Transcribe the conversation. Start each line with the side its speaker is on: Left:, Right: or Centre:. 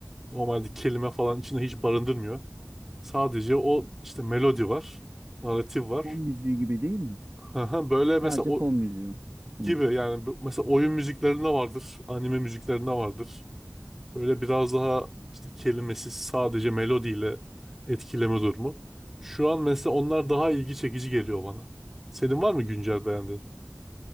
Centre: Normalde kelime falan içinde hiç barındırmıyor. Sadece o işte melodi var. Naratif var.
Right: Fon müziği gibi değil mi?
Centre: <laughs> Böyle mesela
Right: Sadece
Centre: o
Right: fon müziği. Hı.
Centre: gibi yani bu- mesela oyun müziklerinde vardır. Anime müziklerinde vardır. Böyle biraz daha işte kelimesiz sadece melodiyle etkileme durumu. Şu an mesela onlar daha ilgi çekici geliyor bana. Senin var mı güncel beğendiğin?